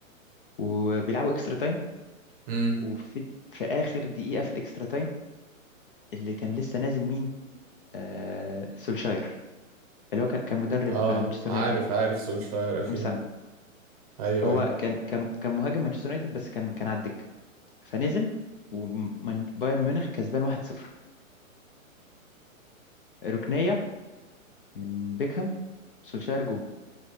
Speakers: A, on the left (about 40°); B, on the right (about 30°).
A: وبيلعبوا اكسترا تايم
B: امم
A: وفي في آخر دقيقة في الاكسترا تايم اللي كان لسه نازل مين آه سولشاير اللي هو كان كان مدرب
B: اه
A: مانشستر
B: عارف
A: يونايتد
B: عارف سولشاير
A: من
B: اكيد
A: كام سنة
B: ايوه
A: هو
B: ايوه
A: كان كان كان مهاجم مانشستر يونايتد بس كان كان على الدكه فنزل وبايرن ميونخ كسبان 1-0 ركنيه من بيكهام سولشاير جون